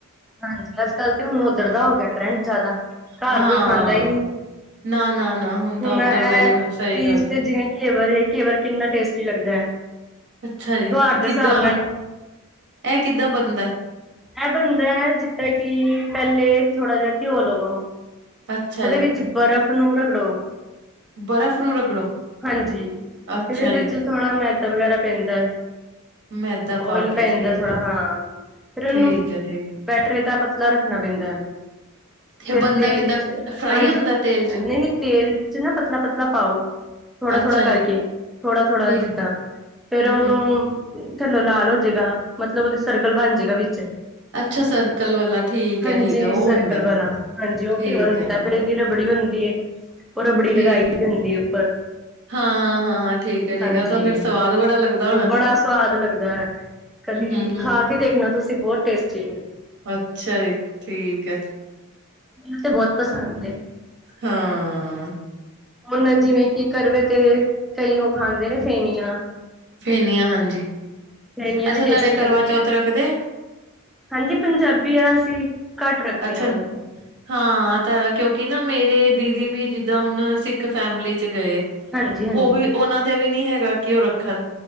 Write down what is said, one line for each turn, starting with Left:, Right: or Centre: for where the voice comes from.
Centre: ਹਾਂਜੀ ਅੱਜ-ਕੱਲ੍ਹ ਤੇ ਹੁਣ ਉੱਧਰਦਾ ਹੋ ਗਿਆ, ਟਰੈਂਡ ਜ਼ਿਆਦਾ। ਘਰ
Right: ਹਾਂ
Centre: ਕੋਈ ਖਾਂਦਾ ਹੀ ਨਹੀਂ,
Right: ਨਾ, ਨਾ, ਨਾ ਤਾਂ
Centre: ਹੁਣ
Right: ਉੱਧਰ
Centre: ਇਹ
Right: ਦਾ ਹੀ
Centre: ਚੀਜ਼
Right: ਸਹੀ ਗੱਲ
Centre: ਤੇ ਜਿਵੇਂ ਕੇਵਰ ਇਹ ਕੇਵਰ ਕਿੰਨਾ ਟੇਸਟੀ ਲੱਗਦਾ ਹੈ।
Right: ਅੱਛਾ ਜੀ,
Centre: ਤਿਉਹਾਰ ਦੇ
Right: ਕਿੱਦਾਂ
Centre: ਹਿਸਾਬ ਨਾਲ
Right: ਇਹ ਕਿੱਦਾਂ ਬਣਦਾ?
Centre: ਇਹ ਬੰਦਾ ਹੈ, ਜਿੱਦਾਂ ਕਿ ਪਹਿਲੇ ਥੋੜਾ ਜਿਹਾ ਘਿਓ ਲਵੋ,
Right: ਅੱਛਾ
Centre: ਉਹਦੇ
Right: ਜੀ
Centre: ਵਿੱਚ ਬਰਫ਼ ਨੂੰ ਰਗੜੋ
Right: ਬਰਫ਼ ਨੂੰ ਰਗੜੋ
Centre: ਹਾਂਜੀ,
Right: ਅੱਛਾ
Centre: ਫਿਰ ਇਹਦੇ
Right: ਜੀ
Centre: ਚ ਥੋੜਾ ਮੈਦਾ ਵਗੈਰਾ ਪੈਂਦਾ।
Right: ਮੈਦਾ ਪਾ
Centre: ਓਇਲ
Right: ਕੇ
Centre: ਪੈਂਦਾ
Right: ਠੀਕ
Centre: ਥੋੜਾ
Right: ਹੈ,
Centre: ਹਾਂ।
Right: ਠੀਕ
Centre: ਨੂੰ
Right: ਹੈ, ਠੀਕ
Centre: ਪੈਟਰੇ ਦਾ ਪਤਲਾ ਰੱਖਣਾ ਪੈਂਦਾ ਹੈ।
Right: ਇਹ
Centre: ਫਿਰ
Right: ਬਣਦਾ
Centre: ਤੇਲ
Right: ਕਿੱਦਾਂ
Centre: ਚ
Right: ਫਰਾਈ
Centre: ਹਾਂਜੀ,
Right: ਹੁੰਦਾ ਤੇਲ ਚ
Centre: ਨਹੀਂ-ਨਹੀਂ ਤੇਲ ਚ ਨਾ ਪਤਲਾ-ਪਤਲਾ ਪਾਓ। ਥੋੜਾ-
Right: ਅੱਛਾ
Centre: ਥੋੜਾ, ਕਰਕੇ
Right: ਜੀ।
Centre: ਥੋੜਾ- ਥੋੜਾ
Right: ਠੀਕ
Centre: ਜਿੱਦਾਂ, ਫੇਰ
Right: ਹੂੰ
Centre: ਉਹਨੂੰ
Right: ਹੂੰ
Centre: ਥੱਲੋਂ ਲਾਲ ਹੋ ਜਏਗਾ। ਮਤਲਬ ਉਹਦੀ, ਸਰਕਲ ਬਣ ਜਾਏਗਾ ਵਿੱਚ।
Right: ਅੱਛਾ ਸਰਕਲ ਵਾਲਾ ਠੀਕ
Centre: ਹਾਂਜੀ,
Right: ਹੈ ਠੀਕ ਹੈ ਉਹ
Centre: ਸਰਕਲ
Right: ਹੁੰਦਾ
Centre: ਵਾਲਾ। ਹਾਂਜੀ, ਉਹ
Right: ਠੀਕ
Centre: ਘੇਵਰ ਹੁੰਦਾ।
Right: ਹੈ
Centre: ਪਰ ਇਹ, ਚੀਜ਼ ਤੇ ਬੜੀ ਗੰਦੀ ਹੈ। ਬਰਫ ਬੜੀ
Right: ਠੀਕ
Centre: ਲਗਾਈ
Right: ਹੈ
Centre: ਹੁੰਦੀ ਉਪਰ।
Right: ਹਾਂ ਹਾਂ ਹਾਂ ਠੀਕ ਹੈ ਠੀਕ
Centre: ਹਾਂਜੀ,
Right: ਹੈ ਤਾਂ ਫੇਰ ਸਵਾਦ ਬੜਾ ਲੱਗਦਾ
Centre: ਉਹ
Right: ਹੋਣਾ
Centre: ਬੜਾ ਸਵਾਦ, ਲੱਗਦਾ ਹੈ। ਕਦੀ,
Right: ਹੂੰ ਹੂੰ ਹੂੰ
Centre: ਖਾ ਕੇ ਦੇਖਣਾ ਤੁਸੀਂ, ਬਹੁਤ ਟੇਸਟੀ ਹੈ।
Right: ਅੱਛਾ ਜੀ, ਠੀਕ ਹੈ।
Centre: ਮੈਨੂੰ ਤੇ, ਬਹੁਤ ਪਸੰਦ ਹੈ।
Right: ਹਾਂ।
Centre: ਹੁਣ ਜਿਵੇਂ ਕਿ, ਕਰਵੇ ਤੇ ਕਈ ਉਹ, ਖਾਂਦੇ ਨੇ ਫੇਨੀਆਂ।
Right: ਫਨੀ, ਆ ਹਾਂਜੀ।
Centre: ਫੇਨੀਆਂ
Right: ਅੱਛਾ,
Centre: ਵੀ
Right: ਤੁਹਾਡੇ
Centre: ਟੇਸਟੀ ਲੱਗਦੀਆਂ।
Right: ਕਰਵਾਚੌਥ ਰੱਖਦੇ ਆ।
Centre: ਹਾਂਜੀ, ਪੰਜਾਬੀ ਆ ਅਸੀਂ। ਘੱਟ ਰੱਖਦੇ
Right: ਅੱਛਾ
Centre: ਹਾਂ ਬਹੁਤ।
Right: ਹਾਂ ਤਾਂ, ਕਿਉਂਕਿ ਨਾ ਮੇਰੇ ਦੀਦੀ ਵੀ, ਜਿੱਦਾਂ ਹੁਣ ਸਿੱਖ ਫੈਮਲੀ ਚ ਗਏ।
Centre: ਹਾਂਜੀ ਹਾਂਜੀ
Right: ਉਹ ਵੀ, ਉਹਨਾਂ ਤੇ ਵੀ ਨਹੀਂ ਹੈਗਾ। ਕਿ ਉਹ ਰੱਖਣ,